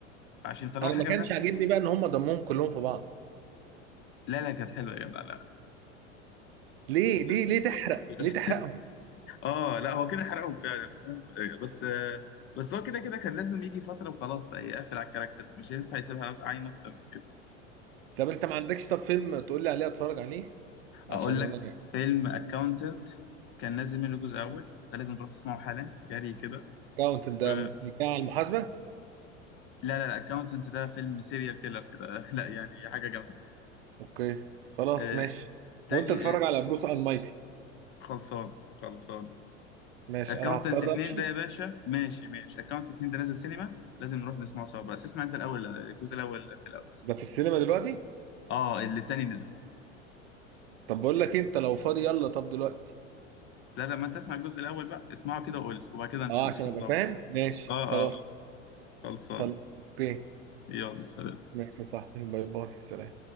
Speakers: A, on the left; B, on the right.
A: فعشان يطلعوا
B: انا
A: حاجة
B: ما كانش
A: بنفس
B: عاجبني
A: ال-
B: بقى ان هم دمهم كلهم في بعض
A: لا لا كانت حلوة يا جدع لا
B: ليه ليه
A: لا لا
B: ليه تحرق
A: لا
B: ليه
A: لا.
B: تحرقهم
A: اه لا هو كده حرقهم فعلا فاهم آه، بس آه، بس هو كده كده كان لازم يجي فترة وخلاص بقى يقفل على الكاركترز مش هينفع يسيبها عايم اكتر من كده
B: طب انت ما عندكش طب فيلم تقول لي عليه اتفرج عليه عشان
A: اقول
B: انا
A: لك فيلم اكاونتنت كان نازل منه جزء اول ده لازم تروح تسمعه حالا جري كده
B: كاونت ده
A: و
B: بتاع المحاسبه
A: لا لا لا اكاونتنت ده فيلم سيريال كيلر كده <laughs> لا يعني حاجة جامدة
B: اوكي خلاص
A: آه،
B: ماشي
A: تاني
B: وانت اتفرج
A: آه،
B: على بروس المايتي
A: خلصان خلصان
B: ماشي
A: اكاونتنت
B: انا هضطر
A: اتنين
B: امشي
A: ده يا باشا ماشي ماشي اكاونتنت اتنين ده نازل سينما لازم نروح نسمعه سوا بس اسمع انت الاول الجزء الاول في الاول
B: ده في السينما دلوقتي
A: اه اللي التاني نزل
B: طب بقول لك إيه، انت لو فاضي يلا طب دلوقتي
A: لا لما انت تسمع الجزء الاول بقى اسمعه كده وقول لي وبعد كده نشوف
B: اه عشان
A: نظبط
B: ابقى فاهم ماشي
A: اه اه
B: خلاص
A: اه خلصان
B: خلاص اوكي
A: يلا سلام
B: ماشي يا صاحبي باي باي سلام